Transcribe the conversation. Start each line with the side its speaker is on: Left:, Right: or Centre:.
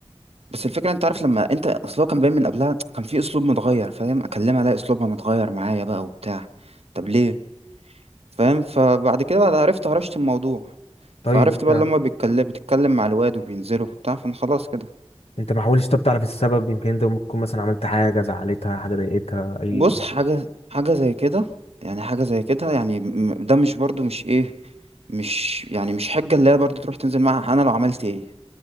Right: بس الفكره انت عارف لما انت اصل هو كان باين من قبلها كان في اسلوب متغير فاهم اكلمها الاقي اسلوبها متغير معايا بقى وبتاع طب ليه فاهم فبعد كده بعد عرفت هرشت الموضوع
Left: طيب
Right: فعرفت
Left: انت
Right: بقى لما بيتكلم بتتكلم مع الواد وبينزلوا وبتاع فانا خلاص كده
Left: انت ما حاولتش طب تعرف السبب يمكن انت ممكن تكون مثلا عملت حاجه زعلتها حاجه ضايقتها اي
Right: بص حاجة حاجة زي كده يعني حاجة زي كده يعني م- ده مش برضو مش ايه مش يعني مش حجة اللي هي برضو تروح تنزل معاها انا لو عملت ايه